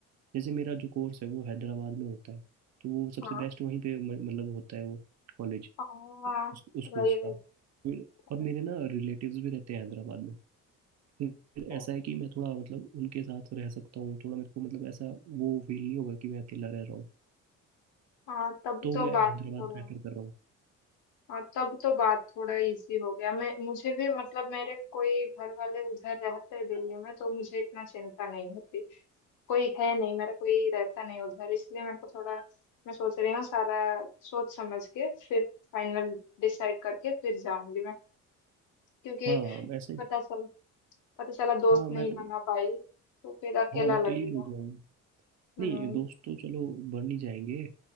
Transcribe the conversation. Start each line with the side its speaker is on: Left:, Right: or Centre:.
Right: जैसे मेरा जो कोर्स है वो हैदराबाद में होता है तो वो सबसे
Left: हाँ
Right: बेस्ट वहीं पे म- मतलब होता है वो कॉलेज
Left: हाँ
Right: उस, उस कोर्स
Left: वही वही
Right: का फिर
Left: समझ
Right: और मेरे ना रिलेटिव्स भी रहते हैं हैदराबाद में फिर फिर
Left: गई।
Right: ऐसा है कि मैं थोड़ा मतलब उनके साथ रह सकता हूँ थोड़ा मेरे को मतलब ऐसा वो फील नहीं होगा कि मैं अकेला रह रहा हूँ
Left: हाँ तब
Right: तो
Left: तो
Right: मैं
Left: बात
Right: हैदराबाद
Left: हो रहा
Right: प्रेफर कर रहा हूँ
Left: हाँ तब तो बात थोड़ा इजी हो गया मैं मुझे भी मतलब मेरे कोई घर वाले उधर रहते हैं दिल्ली में तो मुझे इतना चिंता नहीं होती कोई है नहीं मेरा कोई रहता नहीं उधर इसलिए मेरे को थोड़ा मैं सोच रही हूँ सारा सोच समझ के फिर फाइनल डिसाइड करके फिर जाऊंगी मैं क्योंकि
Right: हाँ ऐसे
Left: पता चल पता चला दोस्त
Right: हाँ
Left: नहीं
Right: मैं तो
Left: बना पाई तो फिर अकेला
Right: हाँ मैं
Left: लगेगा
Right: तो यही बोल रहा हूँ
Left: हम्म
Right: नहीं दोस्त तो चलो बन ही जाएंगे